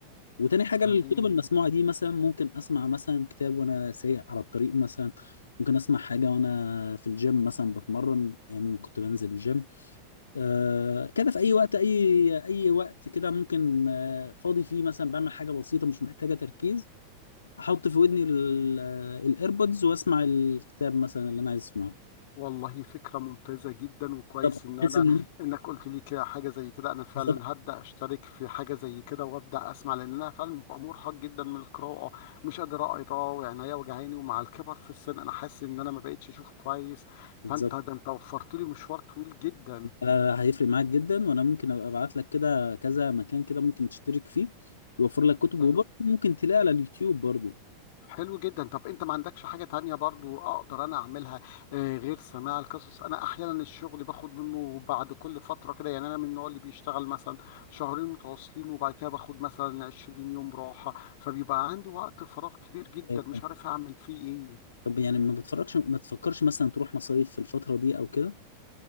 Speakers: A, on the left; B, on the left.
A: وتاني حاجه
B: تمام
A: الكتب المسموعه دي مثلا ممكن اسمع مثلا كتاب وانا سايق على الطريق مثلا ممكن اسمع حاجه وانا في الجيم مثلا بتمرن أيام كنت بنزل الجيم آه كده في اي وقت اي اي وقت كده ممكن آه فاضي فيه مثلا بعمل حاجه بسيطه مش محتاجه تركيز احط في ودني الايربودز واسمع الكتاب مثلا اللي انا عايز اسمعه
B: والله فكرة ممتازة جدا وكويس
A: بالظبط
B: ان انا
A: بحيث ان
B: انك قلت لي كده حاجة زي كده انا فعلا
A: بالظبط
B: هبدأ اشترك في حاجة زي كده وابدأ اسمع لان انا فعلا ببقى مرهق جدا من القراءة مش قادر اقرا وعينيا وجعاني ومع الكبر في السن انا حاسس ان انا ما بقتش اشوف كويس
A: بالظبط
B: فانت ده انت وفرت لي مشوار طويل جدا
A: لا لا، هيفرق معاك جدا وانا ممكن ابقى ابعت لك كده كذا مكان كده ممكن تشترك فيه يوفر لك كتب
B: حلو
A: وبرضه ممكن تلاقي على اليوتيوب برضه
B: حلو جدا طب انت ما عندكش حاجة تانية برضو اقدر انا اعملها آه، غير سماع القصص انا احيانا الشغل باخد منه بعد كل فترة كده يعني انا من النوع اللي بيشتغل مثلا شهرين متواصلين وبعد كده باخد مثلا 20 يوم راحة فبيبقى عندي وقت فراغ كبير جدا
A: آه،
B: مش عارف اعمل فيه ايه
A: طب يعني ما بتفكرش ما تفكرش مثلا تروح مصايف في الفترة دي او كده